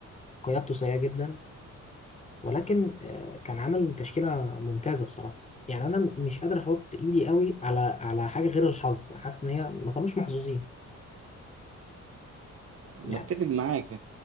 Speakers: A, on the left (about 20°); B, on the right (about 50°).
A: قيادته سيئة جدا ولكن آه كان عامل تشكيلة ممتازة بصراحة يعني انا مش قادر احط ايدي قوي على على حاجة غير الحظ حاسس ان هي ما كانوش محظوظين
B: متفق
A: يعني
B: معاك في-